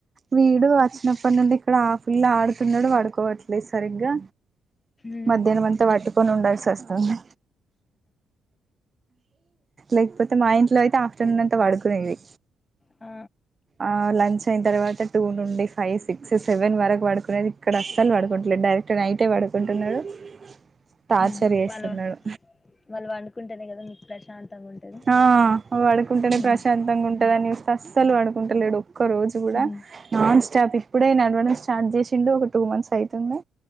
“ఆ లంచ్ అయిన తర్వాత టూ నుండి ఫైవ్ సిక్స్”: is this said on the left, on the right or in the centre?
Right